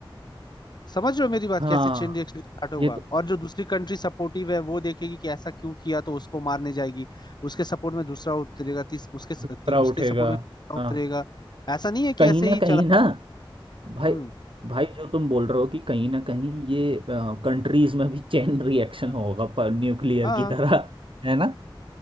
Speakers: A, on the left; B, on the right.
A: समझ रहे हो मेरी बात
B: हाँ
A: कैसे चेन रिएक्शन स्टार्ट होगा
B: ये तो
A: और जो दूसरी कंट्री सपोर्टिव है वो देखेगी कि ऐसा क्यों किया तो उसको मारने जाएगी उसके सपोर्ट में दूसरा उतरेगा तीस उसके स-
B: दूसरा
A: ती, उसके
B: उठेगा
A: सपोर्ट में तीसरा उतरेगा
B: हाँ
A: ऐसा नहीं है कि
B: कहीं
A: ऐसे
B: ना
A: ही
B: कहीं
A: चला
B: ना भाई
A: हम्म
B: भाई जो तुम बोल रहे हो कि कहीं ना कहीं ये कंट्रीज में भी चेन रिएक्शन
A: हाँ
B: होगा पर न्यूक्लियर
A: हाँ,
B: की तरह है ना